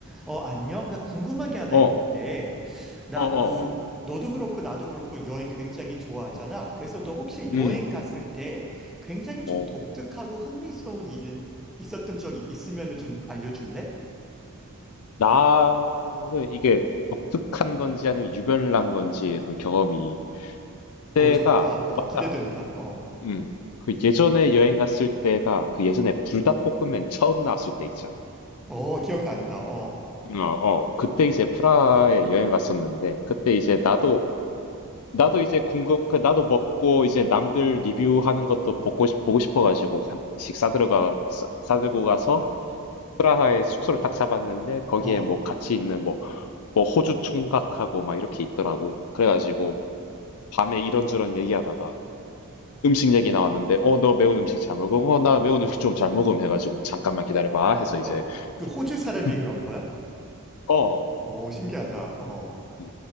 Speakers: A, in the centre; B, on the left.
A: 어, 안녕? 나 궁금한 게 하나
B: 어,
A: 있는데, 나,
B: 어어
A: 그,
B: 어.
A: 너도 그렇고 나도 그렇고 여행 굉장히 좋아하잖아.
B: 음.
A: 그래서 너 혹시 여행
B: 음.
A: 갔을 때 굉장히 좀
B: 어.
A: 독특하고 흥미스러운 일 있었던 적이 있으면 좀 알려줄래?
B: 나는 이게 독특한 건지 아니면 유별난 건지 그 경험이 때가
A: 어, 좋다. 어,
B: 맞아.
A: 기대된다. 어,
B: 음. 그 예전에 여행 갔을 때가 그 예전에 불닭볶음면 처음 나왔을 때 있잖아.
A: 어, 기억난다. 어,
B: 어, 어. 그때 이제 프라하에 여행 갔었는데 그때 이제 나도 나도 이제 궁금 그 나도 먹고 이제 남들 리뷰하는 것도 보고 싶 보고 싶어 가지고 하나씩 싸들어가 싸, 싸들고 가서 프라하에 숙소를 딱 잡았는데 거기에
A: 어,
B: 뭐 같이 있는 뭐, 뭐 호주 총각하고 막 이렇게 있더라고. 그래가지고 밤에 이런저런 얘기하다가 음식 얘기 나왔는데 어 너 매운 음식 잘 먹음? 어 나 매운 음식 좀 잘 먹음 해가지고 잠깐만 기다려봐 해서 이제
A: 어, 그 호주 사람이
B: <laughs>
A: 그런 거야?
B: 어
A: 오, 신기하다. 어.
B: 음.